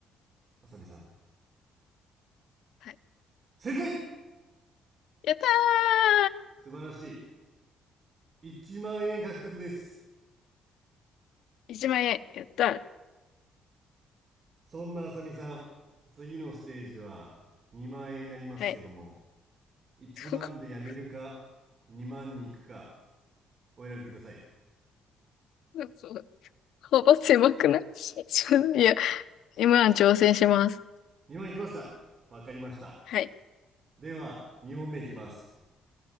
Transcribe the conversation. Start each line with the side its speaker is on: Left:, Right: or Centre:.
Right: あさみさん
Left: はい。
Right: 正解
Left: やった
Right: 素晴らしい1万円獲得です
Left: ー !1 万円、やったー。
Right: そんなあさみさん次のステージは2万円になりますけども
Left: はい。
Right: 1万でやめるか2万に行くか
Left: <laughs>
Right: お選びください
Left: そう幅狭くない <laughs> いや、m ン挑戦します。
Right: 2万いきますかわかりました
Left: はい。
Right: では2問目いきます